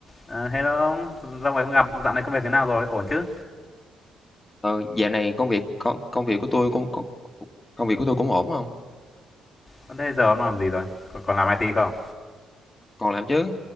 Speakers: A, on the left; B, on the left.
A: Ờ, hello ông, lâu ngày không gặp, dạo này công việc thế nào rồi? Ổn chứ?
B: Ờ, dạo này công việc con công việc của tôi cũng còn công việc của tôi cũng ổn không
A: Ờ, Thế giờ ông đang làm gì rồi? Còn, còn làm IT không?
B: Còn làm chứ,